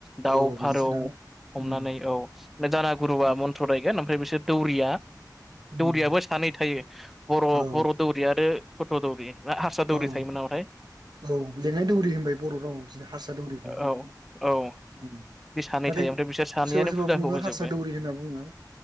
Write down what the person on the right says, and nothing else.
औ बिदिसोना
उम
उम
उम
औ
औ
औ लेङाइ दौरि होनबाय बर' रावाव हारसा दौरिखौनो नोंथां
नाथाय
सोरबा सोरबा
बुङो
हारसा दौरि होनना बुङो